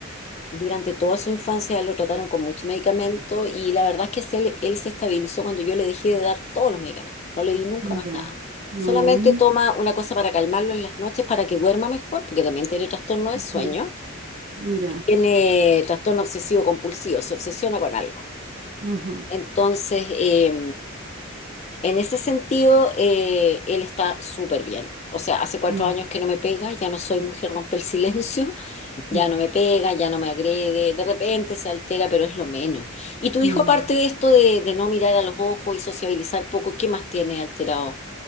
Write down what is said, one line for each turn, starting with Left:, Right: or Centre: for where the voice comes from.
Left: durante toda su infancia lo trataron con mucho medicamento y la verdad es que se le- él, se estabilizó cuando yo le dejé de dar todos los medicamentos. No le di nunca más
Right: Ya.
Left: nada.
Right: mm,
Left: Solamente toma una cosa para calmarlo en las noches para que duerma mejor, porque también tiene trastorno de
Right: ujú,
Left: sueño.
Right: Ya.
Left: Tiene trastorno obsesivo compulsivo, se obsesiona con algo.
Right: ujú,
Left: Entonces, eh, en ese sentido, eh, él está súper bien. O sea, hace cuatro
Right: mm,
Left: años que no me pega, ya no soy mujer rompe el silencio. Ya
Right: mm,
Left: no me pega, ya no me agrede, de repente se altera, pero es lo menos. ¿Y tu
Right: mm.
Left: hijo, aparte de esto de, de no mirar a los ojos y sociabilizar poco, qué más tiene alterado?